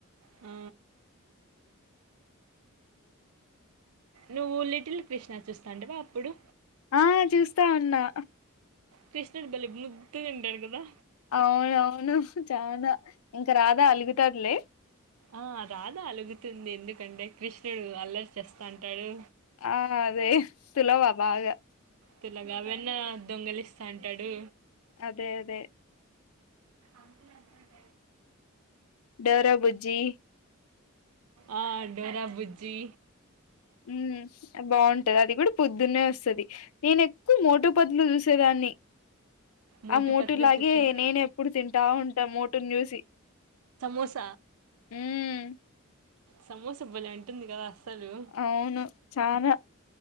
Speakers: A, on the right (about 85°); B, on the left (about 80°).
A: ఆ నువ్వు లిటిల్ కృష్ణ చూస్తాంటవా అప్పుడు
B: ఆ చూస్తా ఉన్నా
A: కృష్ణుడు బలే ముద్దు ఉండు కదా
B: అవునవును చనాా ఇంకా రాదా అలుగుతదిలే
A: ఆ రాధా అలుగుతుంది ఎందుకంటే కృష్ణుడు అల్లరి చేస్తాంటాడు
B: ఆ అదే సులవా బాగా
A: తలాగావన్న దొంగలి ఇస్తా అంటాడు
B: అదే అదే
A: అ
B: డోర బుజ్జి
A: ఆ డరా బుజీ
B: ఉ బాగుంటది అది కూడా పొద్దున్న వస్తుది నేన ఎక్కువ మోటపదులు చూసేదాన్ని
A: మోటు
B: ఆ మోటులాగే
A: పత్లు చూసా
B: నేను ఎప్పుడు తింటా ఉంటా మోటును చూసి
A: సమోస
B: ఉమ్
A: సమోస ఇ బ్వలే అంటుంది కదా అస్సలు
B: అవును చాలా